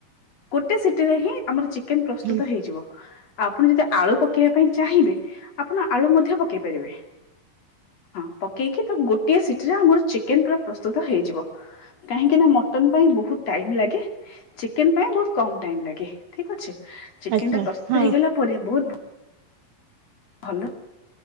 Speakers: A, on the left; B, on the right.
A: ଗୋଟେ ସିଟିରେ ହିଁ ଆମର ଚି କେମିତି ପ୍ରସ୍ତୁତ
B: ହୁଁ
A: ହେଇଯିବ। ଆପଣ ଯଦି ଆଳୁ ପକେଇବା ପାଇଁ ଚାହିଁବେ ଆପଣ ଆଳୁ ମଧ୍ୟ ପକେଇ ପାରିବେ। ହଁ, ପକେଇକି ତାକୁ ଗୋଟିଏ ସିଟିରେ ଆମର ଚିକେନ୍ ପୁରା ପ୍ରସ୍ତୁତ ହେଇଯିବ। କାହିଁକି ନା, ମଟନ ପାଇଁ ବହୁତ ଟାଇମ ଲାଗେ ଚିକେନ ପାଇଁ ବହୁତ କମ ଟାଇମ ଲାଗେ ଠିକ ଅଛି। ଚିକେନ
B: ଆଚ୍ଛା
A: ଟା ପ୍ରସ୍ତୁତ
B: ହଁ
A: ହେଇଗଲା ପରେ ବହୁତ ଭଲ।